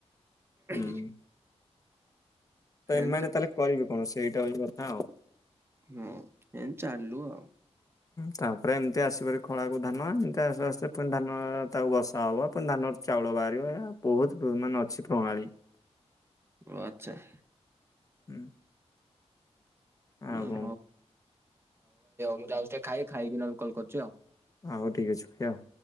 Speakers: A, on the left; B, on the right.
A: ହୁଁ
B: <inaudible>
A: ତ ଏମାନେ ତାହେଲେ କରିବେ କଣ ସେଇଟା ହଉଚି କଥା ଆଉ।
B: ହୁଁ, ଚାଲୁ ଆଉ।
A: ତା'ପରେ ଏମ୍ତି ଆସି ଖଳାକୁ ଧାନ। ଏମ୍ ଆସ୍ତେ ଆସ୍ତେ ଧାନ ତାକୁ ବସା ହବ, ଧାନ ଚାଉଳ ବାହାରିବା। ବହୁତ୍ ମାନେ ଅଛି ପ୍ରଣାଳୀ।
B: <inaudible>
A: ହୁଁ ଆଉ
B: ଭାଇ
A: କଣ
B: ମୁଁ ଯାଉଚି ଟିକେ ଖାଇବି, ଖାଇକି ନ ହେଲେ କଲ୍ କରୁଚି ଆଉ।
A: ହଉ ଠିକ ଅଛି ଭାଇଆଉ।